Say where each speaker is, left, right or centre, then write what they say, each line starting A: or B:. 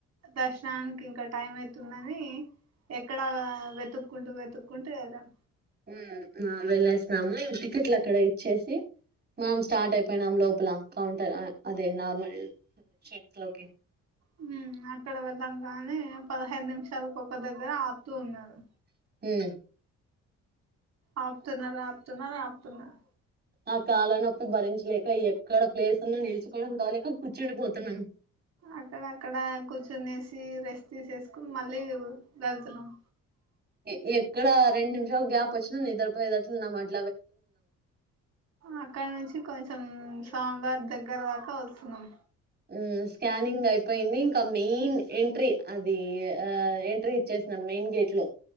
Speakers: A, on the right (about 60°); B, on the right (about 35°).
A: దర్శనానికి ఇంకా టైం అయితుందని. ఎక్కడా వెతుక్కుంటూ, వెతుక్కుంటూ ఎల్లాం.
B: ఉమ్ ఆ వెళ్లేస్నము, ఈ టికెట్లు అక్కడ ఇచ్చేసి. మనం స్టార్ట్ అయిపోయినాం లోపల. కౌంటర్ ఆ అదే నార్మల్ షేట్లోకి
A: ఉమ్ అక్కడ వెళ్ళంగానే. పదహైదు నిమిషాలకు ఒక దగ్గర ఆప్తూ ఉన్నారు.
B: ఉమ్
A: ఆప్తున్నార్ ఆప్తున్నార్ ఆప్తున్నర్
B: ఆ కాల నొప్పి భరించలేక, ఎక్కడ ప్లేస్ ఉన్నా నిల్చుకోవడానికి గాలేక, కూర్చుడిపోతున్నాం.
A: అక్కడక్కడ కూర్చునేసి, రెస్ట్ తీసేసుకున్ మళ్ళీ వెళ్తున్నాం.
B: ఏ ఎక్కడ రెండు నిమిషాలు గ్యాప్ వచ్చినా, నిద్రపోయేదట్లునామాట్
A: అక్కనుంచి కొంచెం స్వామ్వారి దగ్గర దాకా వస్తున్నాం.
B: ఉమ్ స్కానింగ్ అయిపోయింది. ఇంకా మెయిన్ ఎన్ అది ఎంట్రీ ఇచ్చేస్తాణం మెయిన్ గేట్ లో